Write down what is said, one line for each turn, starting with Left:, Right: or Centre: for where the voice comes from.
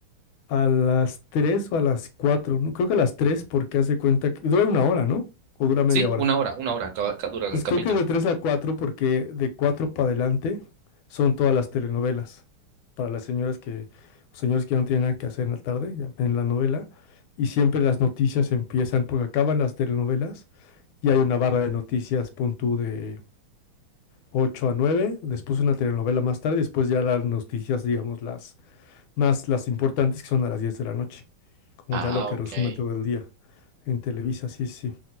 Left: a las 3 o a las 4. ¿no? Creo que a las 3, porque hace cuenta que dura una hora, ¿no? O
Right: <laughs>
Left: dura media
Right: sí,
Left: hora.
Right: una hora, una hora acaba- acá dura el
Left: Pues
Right: capítulo.
Left: creo que es de 3 a 4 porque de 4 para adelante son todas las telenovelas. Para las señoras que, señores que no tienen nada que hacer en la tarde, ya ven la novela. Y siempre las noticias empiezan, porque acaban las telenovelas y hay una barra de noticias, pon tú, de 8 a nueve después una telenovela más tarde, después ya las noticias, digamos, las más las importantes que son a las 10 de la noche. Como
Right: Ah,
Left: ya lo que
Right: ok.
Left: resume todo el día en Televisa, sí, sí.